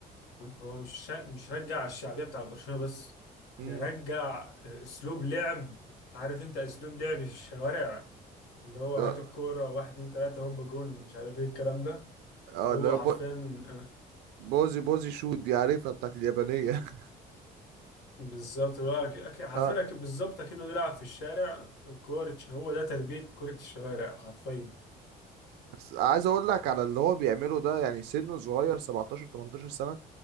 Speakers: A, on the left; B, on the right.
A: هو مش مش رجع الشعبيه بتاع برشلونه بس
B: امم
A: ده رجع اسلوب لعب عارف انت اسلوب لعب الشوارع اللي هو
B: اه
A: هات الكوره واحد اتنين تلاته هوب جون مش عارف ايه الكلام ده
B: آه،
A: هو
B: اللي هو
A: حرفيا
B: بو- بوزي بوزي شوت دي عارفها بتاعت اليابانية <laughs>
A: بالظبط هو أك- أك- حرفيا
B: اه
A: أك- بالظبط اكنه بيلعب في الشارع كورة هو ده تربيه كره الشوارع حرفيا
B: بس عايز اقول لك على اللي هو بيعمله ده يعني سنه صغير 17 18 سنة